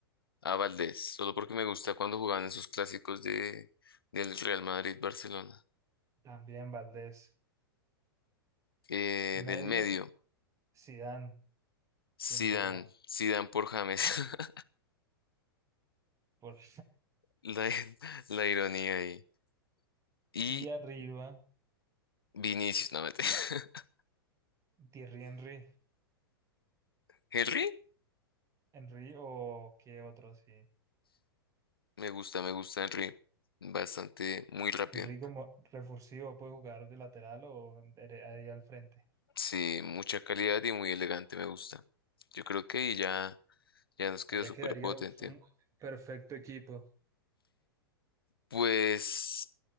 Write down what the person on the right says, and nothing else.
también Valdés.
Medio
Zidane, sin
duda.
Por... <laughs>
Y arriba
Thierry Henry.
Henry o qué otro, sí.
Henry como refursivo puede jugar de lateral o dere- ahí al frente.
Allá
quedaría
un, un perfecto equipo